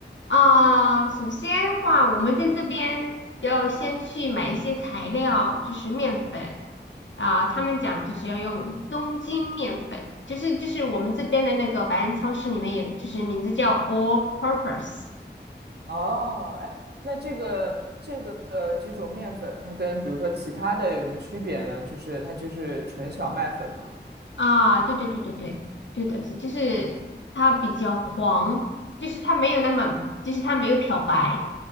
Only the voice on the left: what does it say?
啊，首先的话，我们在这边要先去买一些材料，就是面粉啊，他们讲就是要用中筋面粉，就是就是我们这边的那个百安超市里面有，就是名字叫 All Purpose
啊，对对对对对对的是，就是它比较黄，就是它没有那么，就是它没有漂白。